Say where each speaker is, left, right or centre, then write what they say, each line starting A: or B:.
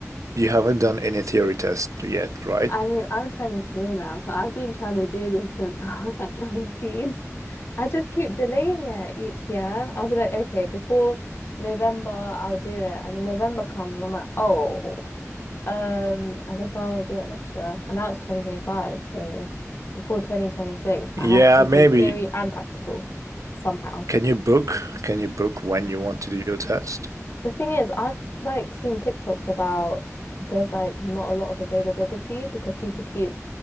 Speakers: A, on the right; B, on the left.
A: you haven't done any theory test yet, right?
B: I mean, I'm 23 now, so I've been trying to do this since <laughs> I was like 19. I just keep delaying it each year. I'll be like, okay, before November, I'll do it. And then November comes, and I'm like, oh, um, I guess I'll do it next year. And now it's 2025, so before 2026,
A: Yeah,
B: I have to do
A: maybe.
B: theory and practical somehow.
A: Can you book? Can you book when you want to do your test?
B: The thing is, I've like seen TikToks about there's like not a lot of availability because people keep